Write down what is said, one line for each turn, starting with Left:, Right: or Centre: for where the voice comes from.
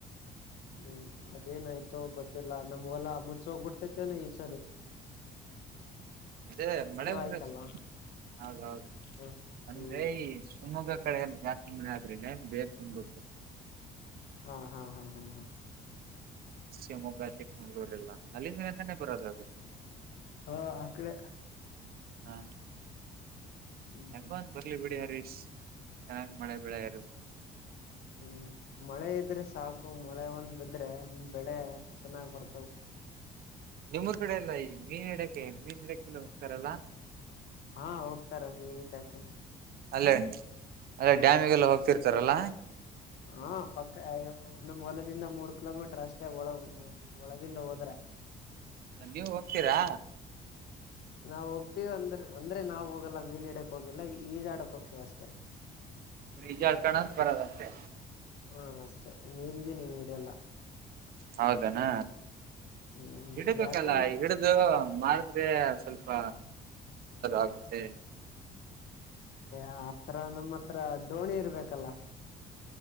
Left: ಹ್ಮ್ ಅದೇನಾಯ್ತೊ ಗೊತ್ತಿಲ್ಲ ನಮ್ ಹೊಲ ಮುಚ್ಚಿ ಹೋಗಿಬಿಡ್ತೈತೇನೋ ಈ ಸಲಿ
Right: ಅದೇ ಮಳೆ ಬರೋಚ್
Left: ಆಯ್ತಲ್ಲ
Right: ಹೌದು ಹೌದು
Left: ಹ
Right: ಅಂದ್ರೆ
Left: ಹ್ಮ್
Right: ಈ ಶಿಮೊಗ್ಗ ಕಡೆ ಎಲ್ಲಾ ಜಾಸ್ತಿ ಮಳೆಯಾದ್ರೆ ಡ್ಯಾಮ್ ಬೇಗ್ ತುಂಬುತ್ತೆ.
Left: ಹಾ ಹಾ ಹಾ ಹ.
Right: ಶಿವಮೊಗ್ಗ ಚಿಕ್ಕಮಂಗಳೂರ್ ಇಲ್ಲ ಅಲ್ಲಿಂದ ತಾನೇ ಬರೋದು ಅದು
Left: ಹಾ ಆ ಕಡೆ
Right: ಹಾ
Left: ಹ್ಮ್
Right: ಹೆಂಗೋ
Left: ಹ್ಮ್
Right: ಒಂದ ಬರ್ಲಿಬಿಡಿ ಹರೀಶ್ ಚೆನ್ನಾಗಿ ಮಳೆ ಬೆಳೆಯರು
Left: ಹ್ಮ್ ಮಳೆ ಇದ್ರೆ ಸಾಕು ಮಳೆ ಒಂದಿದ್ರೆ ಬೆಳೆ ಚೆನ್ನಾಗಿ ಬರುತಾವು
Right: ನಿಮ್ಮೂರ್ ಕಡೆಯಲ್ಲ ಈ ಮೀನ ಹಿಡಿಯಕ್ಕೆ ಮೀನ ಹಿಡಿಯಕ್ಕೆಲ್ಲ ಹೋಗ್ತಾರಲ್ಲ
Left: ಹಾ ಹೋಗ್ತಾರೆ ಮೀನು ಹಿಡಿಯಕ್ಕೆ
Right: ಹಲೋ ಅದೇ ಡ್ಯಾಮಿಗೆಲ್ಲ ಹೋಗ್ತೀರಿ <unintelligible>
Left: ಹಾ ಪಕ್ಕ ಅಯ್ಯೋ ನಮ್ ಹೊಲದಿಂದ ಮೂರು ಕಿ. ಮೀ ಅಷ್ಟೇ ಒಳಗಿಂದ ಹೋದರೆ
Right: ನೀವು ಹೋಗ್ತೀರಾ
Left: ನಾವು ಹೋಗ್ತಿವಿ ಅಂದ್ರೆ ನಾ ಹೋಗಲ್ಲ ಮೀನು ಹಿಡಿಯಕ್ಕೆ ಹೋಗಿಲ್ಲ ಈಜಾಡಕ್ಕೆ ಹೋಗುತ್ತಿವೆ ಅಷ್ಟೇ
Right: ಈಜಾಡಿಕೊಂಡು ಬರೋದಷ್ಟೇ
Left: ಹಾ ಅಷ್ಟೇ ಮೀನುಗೀನ ಏನು ಹಿಡಿಯಲ್ಲ
Right: ಹೌದೇನು
Left: ಹ್ಮ್
Right: ಹಿಡಿಬೇಕಲ್ಲ
Left: ಯಾಕಂದ್ರ
Right: ಹಿಡಿದು ಮಾರಿದರೆ ಸ್ವಲ್ಪ ಆಗುತ್ತೆ
Left: ಆ ತರಹ ನಮ್ಮತ್ರ ಡೋಣಿ ಇರಬೇಕಲ್ಲ